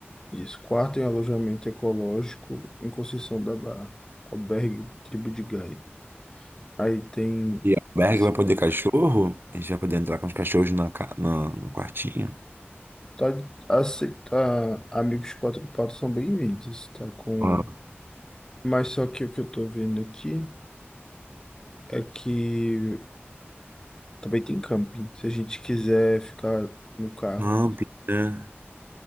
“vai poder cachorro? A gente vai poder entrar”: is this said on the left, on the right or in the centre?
Right